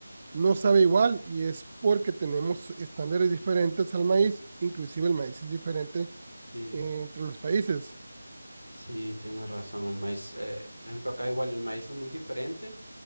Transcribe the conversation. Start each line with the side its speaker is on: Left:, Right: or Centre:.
Right: no sabe igual y es porque tenemos estándares diferentes al maíz, inclusive el maíz es diferente
Left: Sí,
Right: eh, entre los países.
Left: sí, tienes razón. El maíz, eh, por ejemplo, acá igual el maíz es muy diferente